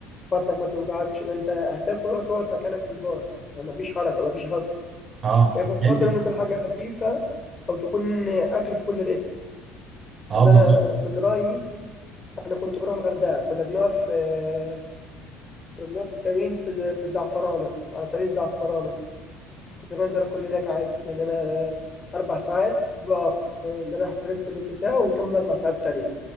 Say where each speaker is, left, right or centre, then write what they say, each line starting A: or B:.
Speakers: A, on the left (about 30°); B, on the right (about 40°).
A: بطنك ما توجعكش لان انت هتاكل وتقعد مكانك في الباص ما فيش حركه ما فيش هضم
B: اه
A: فيفضل
B: حلو
A: ان يكون حاجه خفيفه او تكون اكل في كل ريست
B: اه
A: يعني
B: بالظبط
A: انا من رايي انا كنت بروح الغردقه كنا بنقف آه، كنا بنقف في كمين في في الزعفرانه على طريق الزعفرانه كنت بنزل اكل هناك عادي لان انا اربع ساعات بقف نروح بالريست نص ساعه ونكمل اربع ساعات تانية